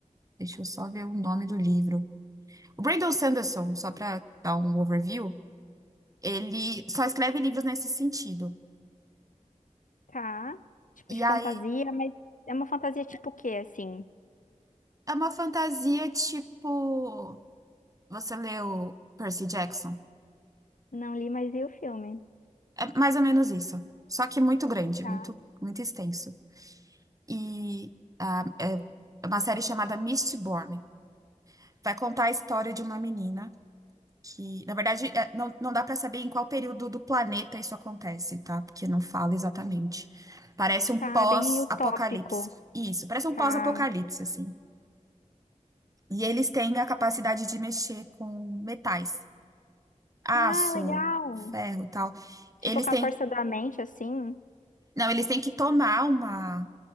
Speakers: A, on the right (about 25°); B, on the left (about 85°).
A: Deixa eu só ver o nome do livro. O Brandon Sanderson, só para dar um overview, ele só escreve livros nesse sentido.
B: Tá. Tipo
A: E
B: de
A: aí
B: fantasia, mas é uma fantasia tipo o quê, assim?
A: é uma fantasia tipo. Você leu Percy Jackson?
B: Não li, mas vi o filme.
A: É mais ou menos isso. Só que muito grande,
B: Tá.
A: muito, muito extenso. E ah, é uma série chamada Mistborn. Vai contar a história de uma menina que, na verdade, é, não, não dá para saber em qual período do planeta isso acontece, tá? Porque não fala exatamente. Parece um
B: Tá
A: pós-apocalipse.
B: bem utópico.
A: Isso, parece um
B: Tá.
A: pós-apocalipse, assim. E eles têm a capacidade de mexer com metais, aço,
B: Ah, legal.
A: ferro, e tal.
B: Tipo,
A: Eles
B: com
A: têm,
B: a força da mente, assim.
A: não, eles têm que tomar uma,